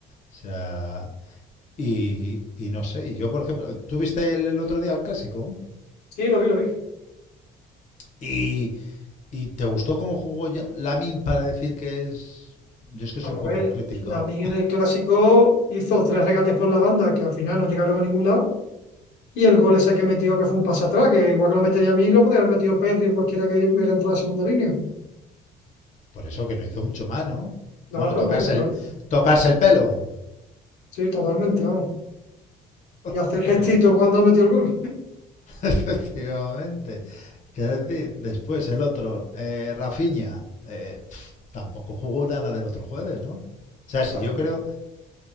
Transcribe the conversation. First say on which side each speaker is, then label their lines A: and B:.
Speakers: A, on the left (about 45°); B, on the left (about 85°).
A: o sea, y, y no sé, y yo por ejemplo, ¿tú viste el, el otro día el clásico?
B: Sí, lo vi, lo vi.
A: Y, ¿Y te gustó cómo jugó Jan- Lamin para decir que es... Yo es que
B: Vamos
A: soy un poco
B: a ver,
A: crítico.
B: Lamine en el clásico hizo tres regates por la banda que al final no llegaron a ningún lado. Y el gol ese que metió, que fue un pase atrás, que igual que lo metería a mí, lo podía haber metido Pedri o cualquiera que hubiera entrado a segunda línea.
A: Por eso que no hizo mucho mal, ¿no?
B: No,
A: Bueno,
B: no,
A: tocarse
B: vamos, yo.
A: el, tocarse el pelo.
B: Sí, totalmente, vamos. Y hacer
A: <laughs>
B: gestito cuando metió el gol.
A: Efectivamente. Quiero decir, después el otro, eh, Rafinha, eh, pf, tampoco jugó nada del otro jueves, ¿no? O sea, si
B: Rafa,
A: yo creo